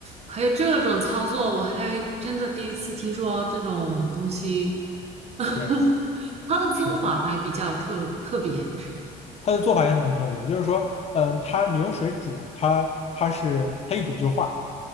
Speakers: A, on the right; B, on the left.
A: 还有这种操作，我还真的第一次听说这种东西。<laughs>
B: 对，
A: 它的做法还比较特特别，
B: 是
A: 是吧？
B: 它的做法也很特别，就是说，嗯，它你用水煮它，它是它一煮就化，